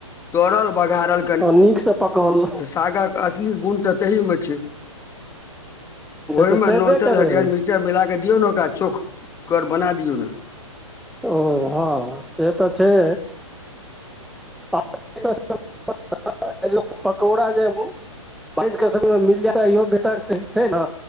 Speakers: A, on the left; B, in the centre.
A: तड़ल बघाड़ल
B: आ नीकसँ पकौल
A: सागक असली गुन तऽ तही मे छै ओहिमे
B: तऽ छेबे
A: नून तेल
B: करै
A: हरियर मीर्चा ई मिला क दियौ ने ओकरा चोख कर बना दियौ न
B: ओ हँ से तऽ छै <unintelligible> पकौड़ा जेब बारिश के समय मे मिल जाय त इहो बेहतर छै ने